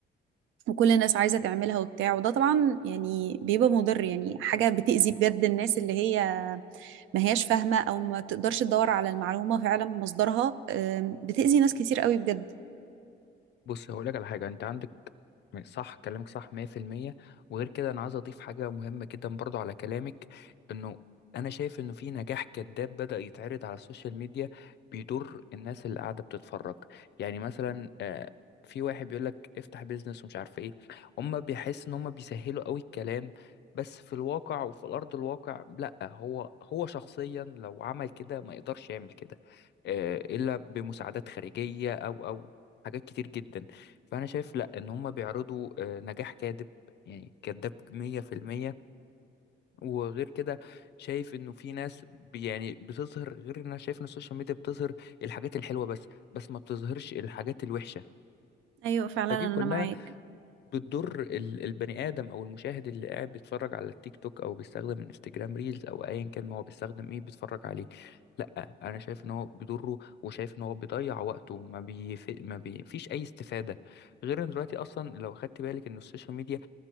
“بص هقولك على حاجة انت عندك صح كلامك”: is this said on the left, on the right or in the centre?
Left